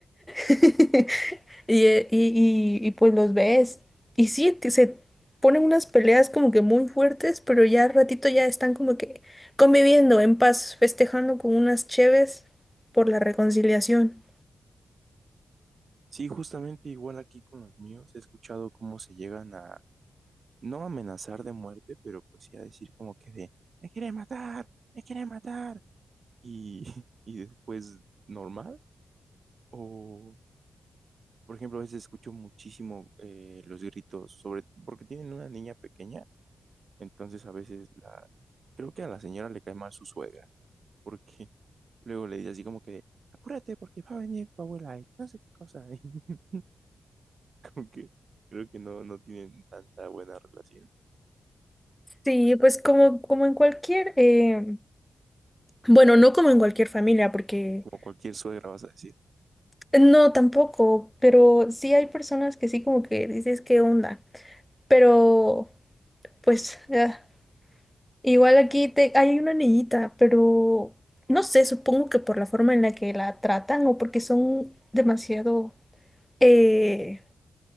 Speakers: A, in the centre; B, on the right.
A: <laughs> Y, eh, y, y, y, pues los ves. Y sí, que se ponen unas peleas como que muy fuertes, pero ya al ratito ya están como que conviviendo en paz, festejando con unas cheves por la reconciliación.
B: Sí, justamente igual aquí con los míos he escuchado cómo se llegan a, no amenazar de muerte, pero pues sí a decir como que de, me quiere matar, me quiere matar. Y, <laughs> y después, normal. O, por ejemplo, a veces escucho muchísimo eh, los gritos sobre, porque tienen una niña pequeña Entonces a veces la, creo que a la señora le cae mal su suegra, porque <laughs> luego le dice así como que, apúrate porque va a venir tu abuela y no sé qué cosa. <laughs> y como que creo que no, no tienen tanta buena relación,
A: Sí, pues como, como en cualquier, eh, bueno, no como en cualquier familia, porque
B: como cualquier suegra vas a decir.
A: eh, no tampoco, pero sí hay personas que sí como que dices, ¿qué onda? Pero pues... ah, Igual aquí te, hay una niñita, pero no sé, supongo que por la forma en la que la tratan o porque son demasiado, eh,